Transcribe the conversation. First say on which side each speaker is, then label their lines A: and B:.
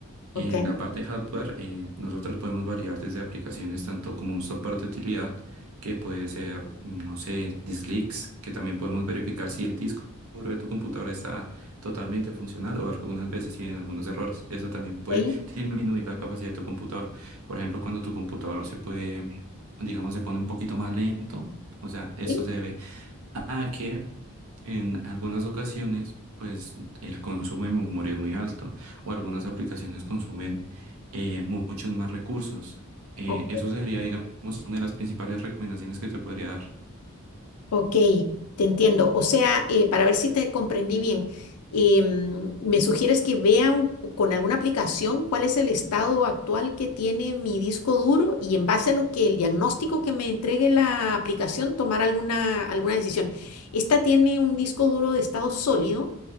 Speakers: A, on the left (about 85°); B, on the right (about 75°).
A: ok,
B: En la parte de hardware, eh, nosotros podemos variar desde aplicaciones tanto como un software de utilidad, que puede ser, mm, no sé, disk leaks, que también podemos verificar si el disco duro de tu computadora está totalmente funcional o algunas veces tienen algunos errores. Eso también puede
A: ok,
B: disminuir la capacidad de tu computador. Por ejemplo, cuando tu computador se puede, digamos, se pone un poquito más lento, o sea, eso
A: ok,
B: se debe a que en algunas ocasiones, pues el consumo de memoria es muy alto o algunas aplicaciones consumen eh, muchos más recursos. Eh,
A: ok.
B: eso sería, digamos, una de las principales recomendaciones que te podría dar.
A: Ok, te entiendo. O sea, eh, para ver si te comprendí bien, em, me sugieres que vea un- con alguna aplicación cuál es el estado actual que tiene mi disco duro y en base a lo que el diagnóstico que me entregue la aplicación, tomar alguna, alguna decisión. Esta tiene un disco duro de estado sólido